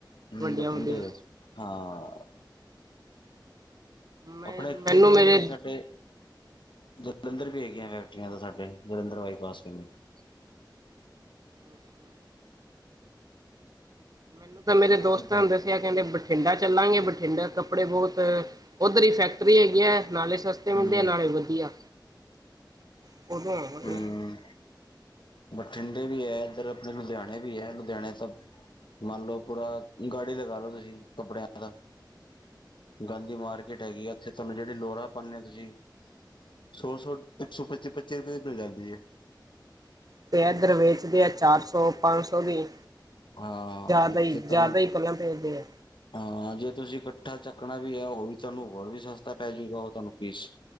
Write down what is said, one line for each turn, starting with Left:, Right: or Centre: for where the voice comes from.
Left: ਹਮ
Right: ਵੱਡੀਆਂ
Left: ਬਠਿੰਡੇ,
Right: ਵੱਡੀਆਂ
Left: ਹਾਂ। <unintelligible>
Right: ਮੈਂ
Left: ਆਪਣੇ
Right: ਮੈਨੂੰ
Left: ਇੱਥੇ ਵੀ
Right: ਮੇਰੇ
Left: ਸਾਡੇ। ਜਲੰਧਰ ਵੀ ਹੈਗੀਆਂ ਫੈਕਟਰੀਆਂ ਤਾਂ ਸਾਡੇ, ਜਲੰਧਰ ਬਾਈਪਾਸ ਵਾਲੇ।
Right: ਅੱਛਾ <inaudible> ਮੈਨੂੰ ਤਾਂ ਮੇਰੇ ਦੋਸਤਾਂ
Left: ਉੱਧਰ
Right: ਨੇ ਦੱਸਿਆ। ਕਹਿੰਦੇ ਬਠਿੰਡਾ ਚੱਲਾਂਗੇ। ਬਠਿੰਡਾ ਕੱਪੜੇ ਬਹੁਤ ਉੱਧਰ ਹੀ ਫੈਕਟਰੀ ਹੈਗੀ ਹੈ ਨਾਲੇ ਸਸਤੀ ਹੁੰਦੇ
Left: ਹਮ
Right: ਨਾਲੇ ਵਧੀਆ। ਉਹ <unintelligible>
Left: ਹਮ ਬਠਿੰਡੇ ਵੀ ਹੈ, ਇੱਧਰ ਆਪਣੇ ਲੁਧਿਆਣੇ ਵੀ ਹੈ, ਲੁਧਿਆਣੇ ਸਭ ਮੰਨ ਲਓ ਪੂਰਾ ਗੜ ਹੀ ਲਗਾ ਲੋ ਤੁਸੀਂ ਕੱਪੜਿਆਂ ਦਾ। ਗਾਂਧੀ ਮਾਰਕੀਟ ਹੈਗੀ ਆ ਉੱਥੇ, ਤੁਹਾਨੂੰ ਜਿਹੜੀ ਲੋਅਰਾ ਪਾਉਂਦੇ ਹੋ ਤੁਸੀਂ ਸੌ ਸੌ, ਇੱਕ ਸੌ ਪੱਚੀ- ਪੱਚੀ ਰੁਪਏ ਦੀ ਮਿਲ ਜਾਂਦੀ ਹੈ।
Right: ਅਤੇ ਇਧਰ ਵੇਚਦੇ ਆ, ਚਾਰ ਸੌ ਪੰਜ ਸੌ ਦੀ।
Left: ਹਾਂ
Right: ਜ਼ਿਆਦਾ
Left: ਇੱਥੇ
Right: ਹੀ ਜ਼ਿਆਦਾ
Left: ਤੁਹਾਨੂੰ
Right: ਹੀ, ਪਲਾਂ ਬੇਚਦੇ ਆ।
Left: ਹਾਂ ਜੇ ਤੁਸੀਂ ਇਕੱਠਾ ਚੱਕਣਾ ਵੀ ਹੈ, ਉਹ ਵੀ ਤੁਹਾਨੂੰ ਹੋਰ ਵੀ ਸਸਤਾ ਪੈ ਜੂਗਾ ਉਹ ਤੁਹਾਨੂੰ ਪੀਸ।